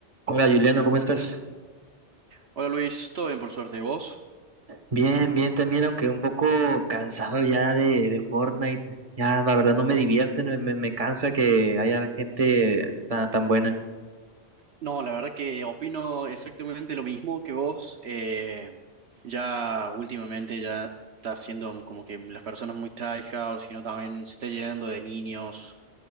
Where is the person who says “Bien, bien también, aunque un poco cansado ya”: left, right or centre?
Right